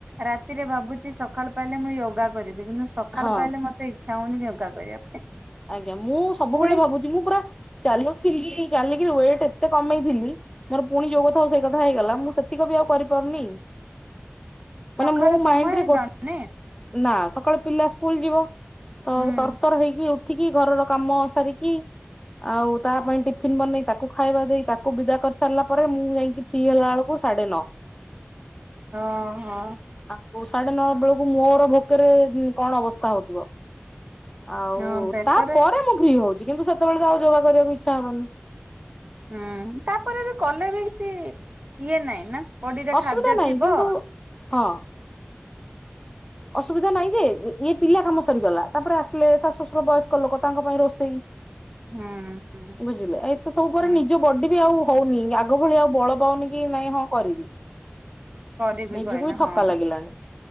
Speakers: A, on the right; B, on the left.
A: ରାତିରେ ଭାବୁଛି ସକାଳୁ ପାଇଲେ ମୁଁ ୟୋଗା କରିବି କିନ୍ତୁ ସକାଳୁ
B: ହଁ।
A: ପାଇଲେ ମତେ ଇଛା ହଉନି ୟୋଗା କରିବା ପାଇଁ।
B: ଆଜ୍ଞା ମୁଁ ସବୁବେଳେ
A: ପୁଣି
B: ଭାବୁଛି ମୁଁ ପୁରା ଚାଲୁଥିଲି ଚାଲିକିରି ୱେଟ୍ ଏତେ କମେଇଥିଲି ମୋର ପୁଣି ଯୋଉ କଥାକୁ ସେଇ କଥା ହେଇଗଲା ମୁଁ ସେତିକ ବି ଆଉ କରିପାରୁନି। ମାନେ
A: ସକାଳେ
B: ମୁଁ
A: ସମୟ
B: ମାଇଣ୍ଡରେ
A: ହେବନି
B: ଗୋ ନା ସକାଳେ ପିଲା ସ୍କୁଲ ଯିବ ତ
A: ହୁଁ
B: ତରତର ହେଇକି ଉ ଠିକି ଘରର କାମ ସାରିକି ଆଉ ତା ପାଇଁ ଟିଫିନ ବନେଇ ତାକୁ ଖାଇବା ଦେଇ ତାକୁ ତାକୁ ବିଦା କରି ସାରିଲା ପରେ ମୁଁ ଯାଇକି ଫ୍ରି ହେଲା ବେଳକୁ ସାଢେ ନଅ।
A: ଓ ହଁ।
B: ଆଉ ସାଢେ ନଅ ବେଳକୁ ମୋର ଭୋକେରେ କଣ ଅବସ୍ଥା ହଉଥିବ। ଆଉ
A: ହଁ ବେକରେ
B: ତାପରେ ମୁଁ ଫ୍ରି ହଉଛି କିନ୍ତୁ ସେତେବେଳେ ତ ଆଉ ଯୋଗା କରିବାକୁ ଇଚ୍ଛା ହବନି।
A: ହୁଁ ତାପରେ ବି କଲେ ବି କିଛି ଇଏ ନାଇଁ ନା ବଡିରେ
B: ଅସୁବିଧା
A: ଖାଦ୍ୟ
B: ନାହିଁ
A: ଥିବ
B: କିନ୍ତୁ ହଁ। ଅସୁବିଧା ନାଇଁ ଯେ ଇଏ ପିଲା କାମ ସରିଗଲା ତାପରେ ଆସିଲେ ସାଶ ବୟସ୍କ ଲୋକ ତାଙ୍କ ପାଇଁ ରୋଷେଇ
A: ହୁଁ ହୁଁ
B: ବୁଝିଲେ ଏତେ ସବୁ ପରେ
A: ହୁଁ
B: ନିଜ ବଡ ବିି ଆଉ ହଉନି ଆଗ ଭଳି ଆଉ ବଳ ପାଉନି କି ନାଇଁ ହଁ କରିବି।
A: କରିବି
B: ନିଜୁ
A: କହିନା
B: କୁ ବି ଥକା
A: ହଁ
B: ଲାଗିଲାଣି।